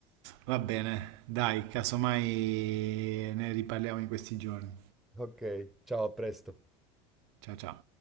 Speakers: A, on the right; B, in the centre.
A: Va bene, dai, casomai ne riparliamo in questi giorni.
B: Ok, ciao, a presto.
A: Ciao ciao.